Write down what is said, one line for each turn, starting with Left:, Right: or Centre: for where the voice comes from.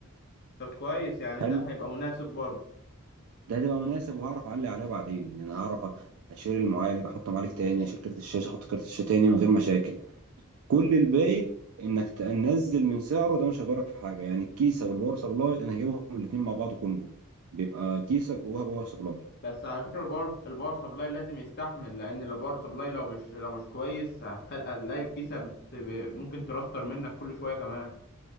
Left: طب كويس يعني
Right: حلو
Left: ده هيبقى مناسب برضه
Right: ده هتبقى مناسب وهعرف اعلي عليها بعدين يعني هعرف اشيل المعالج احط معالج تاني اشيل كارت الشاشه احط كارت الشاشه تاني من غير مشاكل كل الباقي انك تنزل من سعره ده مش هيضرك في حاجه يعني الكيسه والباور سبلاي انا هجيبهم الاتنين مع بعض كومبو بيبقى كيسه جواها باور سبلاي
Left: بس على فكره الباور الباور سبلاي لازم يستحمل لان الباور سبلاي لو مش لو مش كويس هتخل... هتلاقي الكيسه بت... ب- ممكن ترستر منك كل شويه كمان